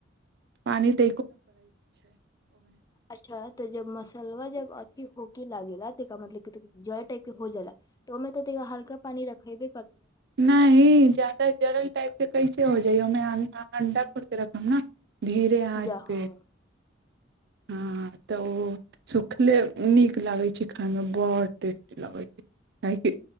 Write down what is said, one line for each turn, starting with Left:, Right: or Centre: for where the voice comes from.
Right: पानी त
Left: अच्छा तऽ जब मसलवा जब अथी होके लागेला मतलब जर टाइप के हो जा त ओहिमे तऽ हल्क पानी रखेब
Right: नहि ही ज़्यदा जरल टाइप के कै हो जाय अंडा फोर के रखब न धीरे आँच
Left: जा
Right: पे
Left: हँ
Right: हँ तऽ ओ सुखले नीक लागैत छै खायमे बड् टेस्टी लगैत छै काहेकि